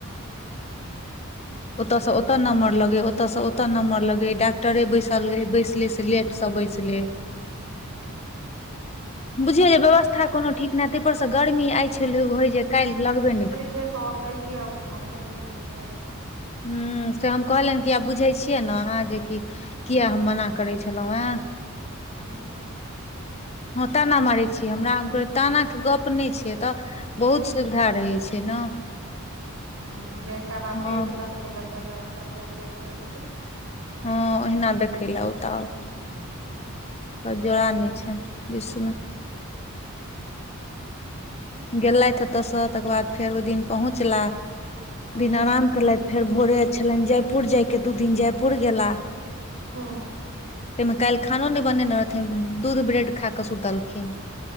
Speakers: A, on the right (about 80°); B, on the left (about 30°).
A: <inaudible>
B: ओतऽ सऽ ओतऽ नंबर लगै ओतऽ सऽ ओतऽ नंबर लगै डाक्टरे बैसल रहे बैसले से लेट स बैसलै
A: हूं
B: बुझियौ जे व्यवस्था कोनो ठीक नै तै पर स गर्मी आइ होय जे काल्हि लगबे नै
A: चलि जेतो ओतहिए अपनो ओतहिए नीक रहितौ
B: हूं से हम कहलनि कि आब बुझै छियै ने अहाँ जेकि किया हम मना करै छलहुँ हे
A: हँ
B: हँ ताना मारै छी हमरा हम कहली ताना के गप नय छै एतऽ बहुत सुविधा रहै छै न
A: हं बेचारा
B: हँ
A: पेट दखै लए गेलै कते पैग भेल
B: हँ ओहिना देखै ला आउता ओऽ
A: हँ
B: तऽ जोड़ा नय छथि विश्वमे गेलथि ओतयसँ तकर बाद फेर ओई दिन पहुँचला
A: हँ
B: दिन आराम केयलथि फेर भोरे छलनि जयपुर जायके दू दिन जयपुर गेला
A: <inaudible> हँ
B: तै मे काल्हि खानो नय बनेने रहथिन दूध ब्रेड खा कऽ सुतलखिन